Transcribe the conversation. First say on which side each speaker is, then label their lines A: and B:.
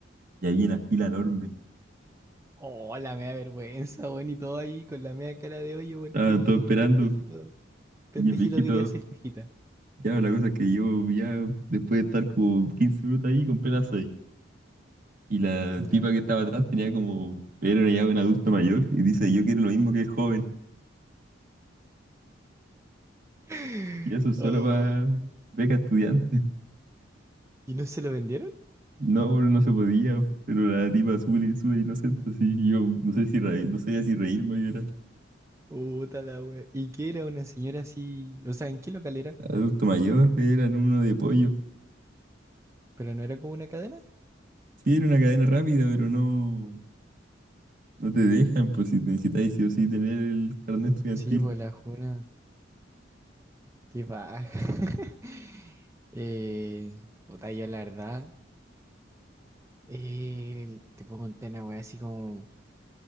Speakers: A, on the right; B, on the right.
A: Y había una fila enorme.
B: Oh, la mea vergüenza, weón, y todo ahí con la mea cara de hoyo porque
A: Estaban
B: el
A: todos esperando.
B: pendejito, pendejito
A: Y el viejito,
B: quería seis fajitas.
A: ya, la cosa es que yo, ya, después de estar como 15 minutos ahí, compré las 6. Y la
B: Ya.
A: tipa que
B: <gasps>
A: estaba atrás tenía como, era ya un adulto mayor. Y dice, yo quiero lo mismo que el joven.
B: <laughs>
A: Y eso solo
B: Oh,
A: para beca estudiante.
B: ¿y no se lo vendieron?
A: No, bro, no se podía. Pero la tipa sube, y sube inocente, así. y Yo no sé si reír, no sabía si reírme, yo era
B: Puta la wea. ¿Y qué era una señora así? O sea, ¿en qué local era?
A: adulto mayor, eran uno de pollo.
B: ¿Pero no era como una cadena?
A: Sí, era una cadena rápida, pero no. No te dejan, pues si necesitáis sí o sí tener el carnet estudiantil.
B: Sí, pues la juna. Qué baja. <laughs> eh, puta, yo la verdad, eh, te puedo contar una wea así como